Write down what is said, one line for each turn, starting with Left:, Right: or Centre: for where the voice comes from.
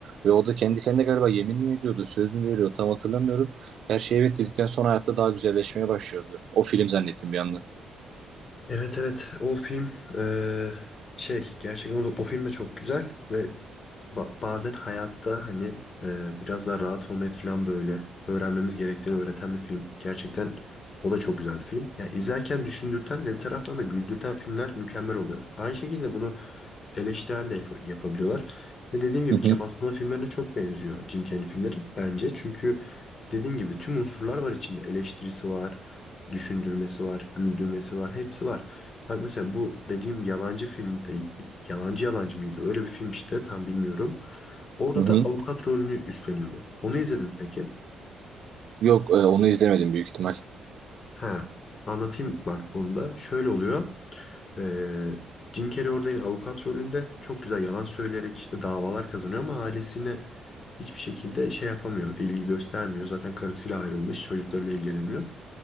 Right: Ve o da kendi kendine galiba yemin mi ediyordu, söz mü veriyor tam hatırlamıyorum. Her şeye evet dedikten sonra hayatta daha güzelleşmeye başlıyordu. O film zannettim bir anda.
Left: Evet evet. O film e, şey gerçekten o, o film de çok güzel ve ba- bazen hayatta hani e, biraz daha rahat olmayı falan böyle öğrenmemiz gerektiğini öğreten bir film. Gerçekten o da çok güzel bir film. Ya izlerken düşündürten ve bir taraftan da güldürten filmler mükemmel oluyor. Aynı şekilde bunu eleştirel de yap- yapabiliyorlar. Ve dediğim gibi
Right: Hı hı,
Left: Kemal Sunal filmlerine çok benziyor Jim Carrey filmleri bence. Çünkü dediğim gibi tüm unsurlar var içinde. Eleştirisi var, düşündürmesi var, güldürmesi var, hepsi var. Bak mesela bu dediğim yalancı filmde, yalancı yalancı mıydı? Öyle bir film işte tam bilmiyorum. Orada
Right: hı hı.
Left: da avukat rolünü üstleniyordu. Onu izledin mi peki?
Right: Yok e, onu izlemedim büyük ihtimal.
Left: Ha, anlatayım bak onu da. Şöyle oluyor. Ee, Jim Carrey orada yine avukat rolünde çok güzel yalan söyleyerek işte davalar kazanıyor ama ailesine hiçbir şekilde şey yapamıyor, ilgi göstermiyor. Zaten karısıyla ayrılmış, çocuklarıyla ilgilenemiyor.